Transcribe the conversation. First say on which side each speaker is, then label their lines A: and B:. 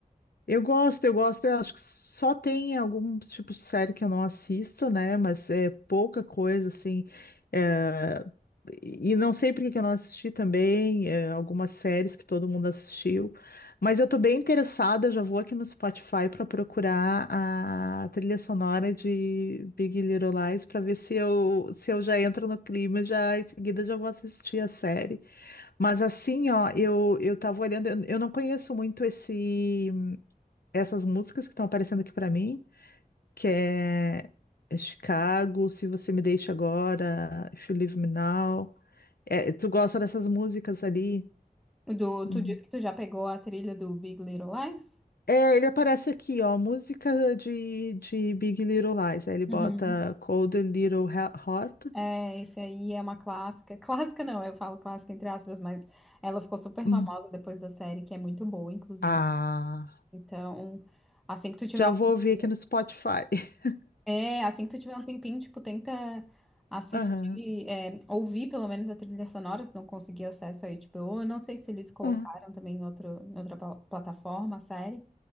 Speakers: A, on the left (about 80°); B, in the centre.
A: Eu gosto, eu gosto. Eu acho que só tem algum tipo de série que eu não assisto, né? Mas é pouca coisa, assim. eh, E não sei por que que eu não assisti também, eh, algumas séries que todo mundo assistiu. Mas eu tô bem interessada, já vou aqui no Spotify para procurar a trilha sonora de Big Little Lies para ver se eu, se eu já entro no clima, já em seguida já vou assistir a série. Mas assim, ó, eu, eu tava olhando, eu eu não conheço muito esse essas músicas que estão aparecendo aqui pra mim, que é é Chicago, Se Você Me Deixa Agora, If You Leave Me Now. É, tu gosta dessas músicas ali?
B: O Do, tu
A: Uhum.
B: disse que tu já pegou a trilha do Big Little Lies?
A: É, ele aparece aqui, ó, música de, de Big Little Lies. Aí ele bota
B: Uhum.
A: Cold Little He- Heart.
B: É, esse aí é uma clássica. <laughs> Clássica não, eu falo clássica entre aspas, mas ela ficou super
A: Hum.
B: famosa depois da série, que é muito boa, inclusive.
A: Ah,
B: Então, assim que tu tiver
A: já
B: um
A: vou ouvir
B: tempinho,
A: aqui no Spotify. <laughs>
B: é, assim que tu tiver um tempinho, tipo, tenta assistir,
A: Aham,
B: é, ouvir pelo menos a trilha sonora, se não conseguir acesso aí, tipo, eu não sei se eles colocaram
A: aham,
B: também em outro, em outra pla- plataforma a série,